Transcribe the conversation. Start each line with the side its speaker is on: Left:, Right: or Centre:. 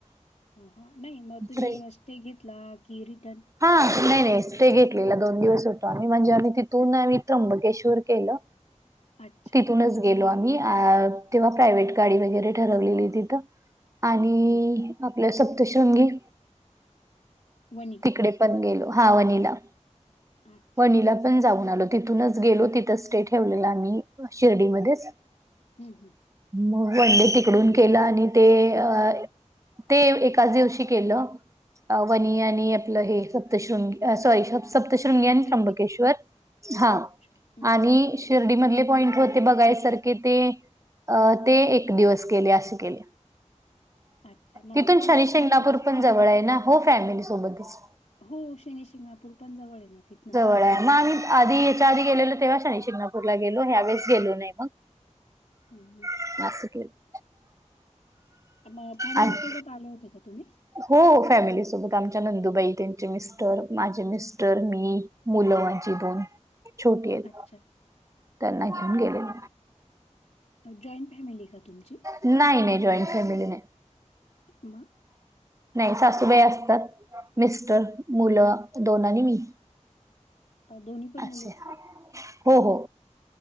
Left: हा नाही मग तुम्ही
Right: ट्रेन
Left: स्टे घेतला की रिटर्न.
Right: हा नाही नाही स्टे ते घेतलेला दोन दिवस होतो आम्ही. म्हणजे आम्ही तिथून आम्ही त्र्यंबकेश्वर केलं.
Left: अच्छा.
Right: तिथूनच गेलो आम्ही. अ तेव्हा प्रायव्हेट गाडी वगैरे ठरवलेली होती तर. आणि
Left: हं.
Right: आपलं सप्तशृंगी
Left: वणी
Right: इकडे पण गेलो. हा वनिला
Left: अच्छा.
Right: वनिला. पण जाऊन आलो तिथूनच गेलो. तिथेच स्टे ठेवलेला आम्ही शिर्डीमध्येच.
Left: हम्म हम्म
Right: मग वनडे तिकडून केल. आणि ते अ ते एकाच दिवशी केल. वनी आणि आणि आपलं हे सप्तशृंगी अ सॉरी श सप्तश्रृंगी आणि
Left: शिर्डी,
Right: त्र्यंबकेश्वर
Left: त्र्यंबकेश्वर.
Right: हा
Left: हं,
Right: आणि
Left: हं.
Right: शिर्डी मधले पॉईंट होते बघायसारखे. ते अ ते एक दिवस केले. असे केले.
Left: अच्छा. मग
Right: तिथून
Left: कोण
Right: शनी शिंगणापूर
Left: फॅमिलीसोबत?
Right: पण जवळ आहे ना. हो फॅमिली सोबतच.
Left: हो शनी शिंगणापूर पण जवळ आहे ना तिथन.
Right: <unintelligible> आधी याच्या आधी गेलेलो तेव्हाच शिंगणापूरला गेलो. ह्यावेेळेस गेलो नाही मग.
Left: हुं हुं
Right: <unintelligible>
Left: मग फॅमिली
Right: आणि
Left: सोबत आले होते का तुम्ही.
Right: हो फॅमिलीसोबत. आमच्या नंदुबाई त्यांचे मिस्टर माझे मिस्टर मी. मुलं माझी दोन छोटी आहेत.
Left: अच्छा.
Right: त्यांना घेऊन गेलेलो.
Left: जॉईंट फॅमिली का? तुमची?
Right: नाही नाही जॉईंट फॅमिली नाही.
Left: मग
Right: नाही सासूबाई असतात. मिस्टर, मुल दोन आणि मी.
Left: अ, दोन्ही पण
Right: अच्छा
Left: मुलेच का?
Right: हो हो.